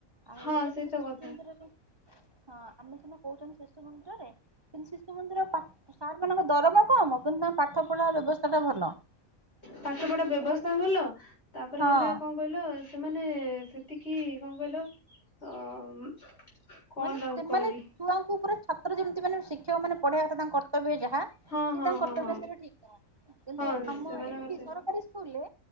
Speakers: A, on the right; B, on the left.
A: ଆଉ
B: ହଁ
A: ତାପରେ
B: ସେଇ
A: କିନ୍ତୁ
B: ତ
A: ଶିଶୁ
B: କଥା
A: ମନ୍ଦିରରେ ହଁ ଆମେ କିନ୍ତୁ କହୁଛନ୍ତି ଶିଶୁ ମନ୍ଦିରରେ କିନ୍ତୁ ସେ ଶିଶୁ ମନ୍ଦିର ପା ସାର୍ ମାନଙ୍କ ଦରମା କମ କିନ୍ତୁ ତାଙ୍କ ପାଠ ପଢା ବ୍ୟବସ୍ଥା ଟା ଭଲ।
B: ପାଠ
A: ସେ
B: ପଢା
A: ଯେତିକି
B: ବ୍ୟବସ୍ଥା ଭଲ ତାପରେ
A: ହଁ
B: ହେଲା କଣ ଣ କହିଲ ସେମାନେ ସେତିକି କଣ କହିଲ ଅ କଣ
A: ମାନେ
B: ତାଙ୍କୁ
A: ସେମାନେ
B: କହିବି
A: ଛୁଆଙ୍କ ଉପରେ ଛାତ୍ର ଯେମିତି ମାନେ ଶିକ୍ଷକ ମାନେ ପଢେଇବା କଥା ତାଙ୍କ କର୍ତବ୍ୟ ଯାହା ସିଏ
B: ହଁ ହଁ
A: ତାଙ୍କ
B: ହଁ
A: କର୍ତ୍ତବ୍ୟ
B: ହଁ
A: ସେଟା ଠିକ କରନ୍ତି। କିନ୍ତୁ
B: ହଁ
A: ଆମ
B: ସେମାନଙ୍କର
A: ଏଠି
B: ସେ
A: ସରକାରୀ ସ୍କୁଲରେ